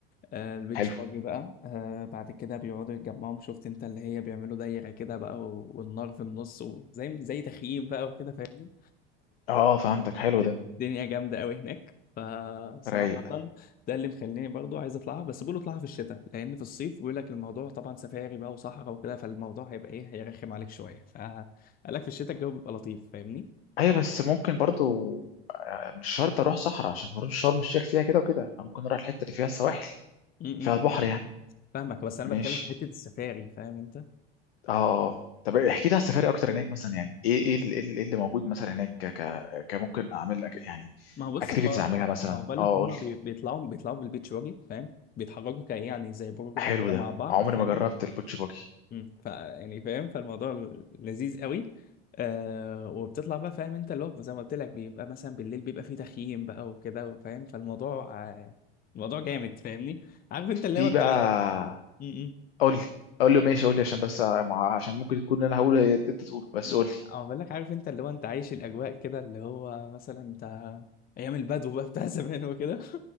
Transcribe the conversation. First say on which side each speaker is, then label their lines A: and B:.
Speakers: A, on the left; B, on the left.
A: آه، البيتش
B: حلو
A: باجي بقى آه، بعد كده بيقعدوا يتجمعوا شفت انت اللي هي بيعملوا دايرة كده بقى و- والنار في النص وزي زي تخييم بقى وكده فاهمني
B: اه فهمتك حلو
A: فالدنيا
B: ده
A: جامدة قوي هناك فصراحة
B: رايق
A: ده اللي مخليني برضو عايز اطلعها بس بيقولوا اطلعها في الشتاء لان في الصيف بيقول لك الموضوع طبعا سفاري بقى وصحراء وكده فالموضوع هيبقى ايه هيرخم عليك شوية فقال لك في الشتاء الجو بيبقى لطيف فاهمني
B: ايوه بس ممكن برضو آه، مش شرط اروح صحراء عشان اروح شرم الشيخ فيها كده وكده ممكن اروح الحته اللي فيها السواحل
A: م-
B: فيها
A: م،
B: البحر
A: فاهمك
B: يعني
A: فاهمك بس انا
B: ماشي
A: بتكلم في حتة السفاري فاهم انت
B: اه اه طب احكي لي على السفاري اكتر هناك مثلا يعني ايه ايه اللي, إيه اللي موجود مثلا هناك ك ك كممكن اعمل أك- يعني
A: ما هو بص
B: اكتيفيتيز
A: هو
B: اعملها مثلا
A: ما هو بقول
B: اه
A: لك هم
B: قول لي
A: بيطلعوا بيطلعوا بالبيتش واجي فاهم بيتحركوا كايه يعني زي بروجرام
B: حلو
A: كده
B: ده
A: مع بعض
B: عمري
A: فاهمني
B: ما جربت البوتشي باجي
A: امم ف يعني فاهم فالموضوع لذيذ قوي آه وبتطلع بقى فاهم انت اللي هو زي ما قلت لك بيبقى مثلا بالليل بيبقى فيه تخييم بقى وكده فاهم فالموضوع آه الموضوع جامد فاهمني عارف انت اللي
B: في
A: هو انت
B: بقى
A: ع- م- م.
B: قول لي قول لي ماشي قول لي عشان بس مع- عشان ممكن تكون انا هقول انت تقوله بس
A: م-
B: قول لي
A: أنا بقول لك عارف انت اللي هو انت عايش الاجواء كده اللي هو مثلا انت ايام البدو بقى بتاع <laughs> زمان وكده